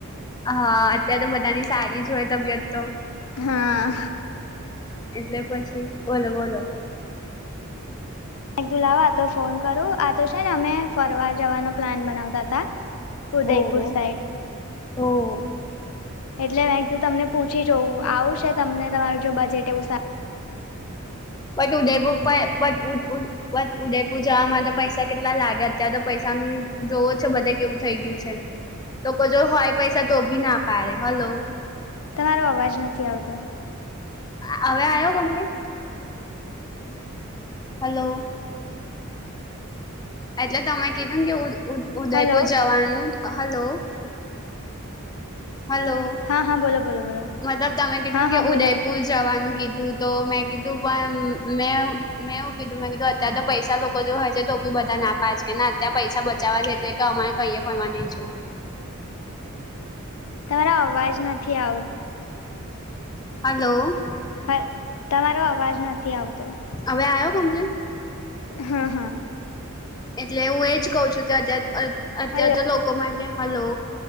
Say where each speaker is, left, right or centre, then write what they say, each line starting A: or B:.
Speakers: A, on the left; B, on the left.
A: હા અત્યારે તો બધાની સારી જ હોય તબિયત તો
B: હા
A: એટલે પછી બોલો બોલો
B: એકદુ લવા આ તો ફોન કરું આ તો છે ને અમે ફરવા જવાનો પ્લાન બનાવતા હતા. ઉદયપુર
A: ઓહો
B: સાઈડ
A: હો
B: એટલે મેં કીધું તમને પૂછી જોઉં આવું સે તમને તમારું જો બજેટ એવું સા
A: બટ ઉદયપ પણ બટ ઉદ ઉદ બસ ઉદયપુર જવા માટે પૈસા કેટલા લાગે અત્યારે તો પૈસાનું જોવો છે બધે કેવું થઇ ગયું છે લોકો જો હોય પૈસા તો ભી ના પાડે હલો
B: તમારો અવાજ નથી આવતો
A: <unintelligible> હવે આવ્યો કમ્પ્લીટ હલો એટલે તમે કીધુંને કે ઉદ ઉદ ઉદયપુર
B: હલો
A: જવાનું અ હલો હલો
B: હા હા બોલો બોલો બોલો
A: મતલબ તમે કીધું
B: હા
A: કે
B: હા બોલો
A: ઉદયપુર. જવાનું કીધું તો મેં કીધું પણ મે મેં એવું કીધું મેં કીધું અત્યારે તો પૈસા લોકો. હોય છે તો બી બધા ના પાજને અત્યારે પૈસા બચાવવા છે એટલે કે અમારે કઈએ ફરવા નહી જો.
B: તાર અવાજ નથી આવતો.
A: હલો.
B: હા તમારો અવાજ નથી આવતો.
A: હવે આવ્યો કમ્પ્લેન.
B: હા હા.
A: એટલે હું એજ કઉ છું કે અત અત્યાર
B: હલો
A: તો લોકો માટે હલો.